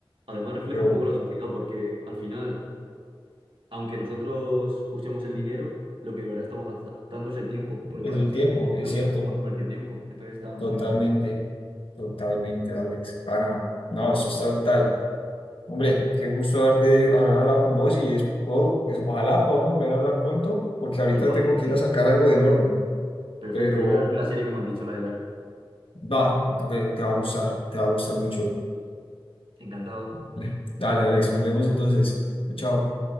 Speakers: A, on the right; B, on the left.
A: Además refleja
B: Pero
A: un poco la sociedad porque al final, aunque nosotros usemos el dinero, lo que de verdad estamos gastando es el tiempo, porque
B: es
A: para
B: el
A: conseguir
B: tiempo,
A: ese dinero
B: es cierto.
A: hemos invertido tiempo. Entonces está
B: Totalmente,
A: muy muy bien.
B: totalmente, Alex. Ah, no, no, esto está brutal. Hombre, qué gusto darte, haber hablado con vos y es- puedo- es- ojalá podamos volver a hablar pronto, porque ahorita
A: Igualmente.
B: tengo que ir a sacar algo del horno,
A: Perfecto,
B: pero
A: yo voy a darme la serie que me has dicho, la de Dark.
B: va, te, te va a gustar, te va a gustar mucho.
A: Encantado.
B: <laughs> Dale, Alex, nos vemos entonces. Chao.